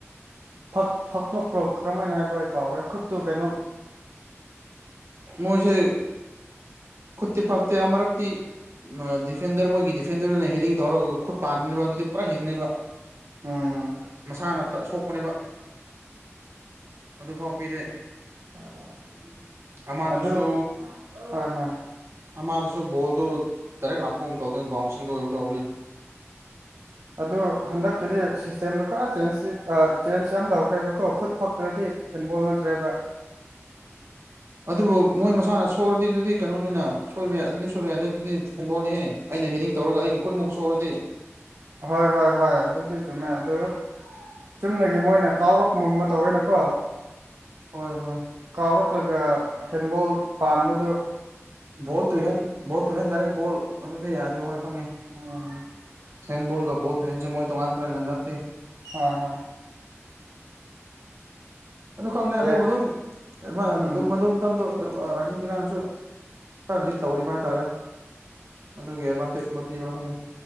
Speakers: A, on the right; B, on the right.
A: ꯐ ꯐꯛꯇꯣꯛꯄ꯭ꯔꯣ ꯀꯔꯝꯥꯏꯅ ꯍꯥꯏꯕ꯭ꯔꯣ ꯑꯩ ꯀꯥꯎꯔꯦ ꯈꯨꯠꯇꯨ ꯀꯩꯅꯣ
B: ꯃꯣꯏꯁꯦ ꯈꯨꯠꯇꯤ ꯐꯥꯛꯇꯦ ꯑꯃꯔꯛꯇꯤ ꯗꯤꯐꯦꯟꯗꯔ ꯃꯣꯏꯒꯤ ꯗꯤꯐꯦꯟꯗꯔꯗꯨꯅ ꯍꯦꯗꯤꯡ ꯊꯧꯔꯒ ꯈꯨꯠ ꯄꯥꯟꯅꯦꯅꯕ ꯑꯗꯨꯗꯤ ꯄꯨꯔꯥ ꯍꯦꯟꯅꯩꯕ
A: ꯎꯝ
B: ꯃꯁꯥꯅꯇ ꯁꯣꯛꯄꯅꯦꯕ ꯑꯗꯨꯐꯥꯎ ꯄꯤꯗꯦ
A: <inaudible>
B: ꯑꯃꯗꯨꯁꯨ
A: ꯑꯗꯨ ꯍꯣꯏ ꯍꯣꯏ
B: ꯑꯃꯗꯁꯨ ꯕꯣꯜꯗꯣ ꯗꯔꯦꯛ ꯂꯥꯛꯄꯒꯨꯝ ꯇꯧꯗꯅ ꯕꯥꯎꯟꯁꯤꯡꯗꯣ ꯑꯣꯏꯒꯨꯝ ꯇꯧꯕꯅꯤ
A: ꯑꯗꯣ ꯍꯟꯗꯛꯀꯤꯗꯤ ꯁꯤꯁꯇꯦꯝꯗꯣ ꯈꯔ ꯆꯦꯟꯖꯇꯤ ꯆꯦꯟꯖ ꯌꯥꯝ ꯇꯧꯈ꯭ꯔꯦꯕꯀꯣ ꯈꯨꯠ ꯐꯛꯇ꯭ꯔꯗꯤ ꯍꯦꯟꯕꯣꯜ ꯅꯠꯇ꯭ꯔꯦꯕ
B: ꯑꯗꯨꯕꯨ ꯃꯣꯏ ꯃꯁꯥꯅ ꯁꯣꯏꯨꯔꯗꯤ ꯑꯗꯨꯗꯤ ꯀꯩꯅꯣꯅꯤꯅ ꯁꯣꯏꯕ ꯌꯥ ꯑꯗꯨꯗꯤ ꯁꯣꯏꯕ ꯌꯥꯗ ꯑꯗꯨꯗꯤ ꯍꯦꯟꯕꯣꯜꯅꯤꯍꯦ ꯑꯩꯅ ꯍꯦꯗꯤꯡ ꯇꯧꯔꯒ ꯑꯩꯒꯤ ꯈꯨꯟꯃꯛꯨ ꯁꯣꯛꯑꯗꯤ
A: ꯍꯣꯏ ꯍꯣꯏ ꯍꯣꯏ ꯑꯗꯨꯗꯤ ꯆꯨꯝꯃꯦ ꯑꯗꯨ ꯆꯨꯝꯅꯦ ꯃꯣꯏꯅ ꯀꯥꯎꯔꯛꯄꯒꯨꯝꯕ ꯇꯧꯋꯦꯅꯀꯣ
B: ꯍꯣꯏ ꯍꯣꯏ
A: ꯀꯥꯎꯔꯛꯂꯒ ꯍꯦꯟꯕꯣꯜ ꯄꯥꯟꯕꯗꯨ
B: ꯕꯣꯜ ꯇꯨꯍꯦꯟ ꯕꯣꯜ ꯇꯨꯍꯦꯟ ꯗꯥꯏꯔꯦꯛ ꯕꯣꯜ ꯑꯗꯨꯗꯤ ꯌꯥꯗꯦꯕ ꯍꯣꯏ ꯈꯪꯉꯦ
A: ꯑꯣ
B: ꯍꯦꯟ ꯕꫭꯜꯒ ꯕꫭꯜꯇꯨ ꯍꯦꯟꯁꯦ ꯃꯣꯏ ꯇꯨꯉꯥꯟꯈ꯭ꯔꯦꯅꯦ ꯍꯥꯟꯗꯥꯛꯇꯤ
A: ꯍꯣꯏ ꯍꯣꯏ
B: ꯑꯗꯨ ꯈꯪꯗꯦ ꯑꯗꯨꯕꯨ
A: ꯌꯥꯏ
B: ꯑꯗꯨꯝ ꯃꯥ ꯑꯗꯨꯝ
A: ꯎꯝ
B: ꯃꯗꯨ ꯃꯇꯝꯗꯣ ꯑꯥꯔꯖꯦꯟꯇꯤꯅꯥꯅꯁꯨ ꯈꯔ ꯂꯤꯠ ꯇꯧꯔꯤꯕ ꯍꯥꯏꯇꯥꯔꯦ ꯑꯗꯨꯒꯤ ꯑꯦꯗꯚꯥꯟꯇꯦꯖ ꯑꯃ ꯄꯤꯕ꯭ꯔꯥ ꯈꯪꯗꯦ